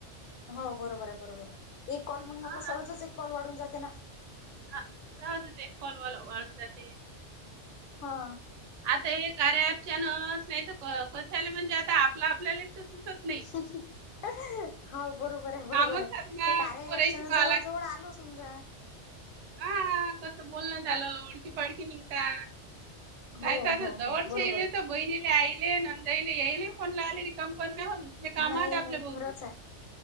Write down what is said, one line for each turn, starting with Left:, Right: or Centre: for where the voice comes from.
Left: हो बरोबर हाय, बरोबर हाय एक कॉल मंग
Right: हां
Left: आपला सहजच एक कॉल वाढून जाते ना.
Right: हा, सहजच एक कॉल वाल वाळून जाते.
Left: हा
Right: आता हे कार्या अँपच्या नावावर नाही तर कशाला म्हणजे आता आपलं आपल्याला <unintelligible>
Left: <unintelligible> हाव बरोबर हाय, बरोबर
Right: कामच
Left: हाय,
Right: आहेत ना
Left: ते कार्या
Right: पोराईचं
Left: अँपच्यान
Right: पाहावं
Left: जवड- जवड आलो समजा.
Right: हा हा हा तसं बोलण झालं, ओडखी -पाडखी निघंता.
Left: हो
Right: नाहीतर
Left: हो
Right: आता जवळचे
Left: हो बरोबर
Right: येले,
Left: आहे
Right: तर बहिणीला आईले नंदाईले येईले फोनला आले रिकाम कोन नाय होजी. ते कामात
Left: नाही
Right: हाय आपल्या
Left: नाही
Right: भोवती.
Left: खरंच आहे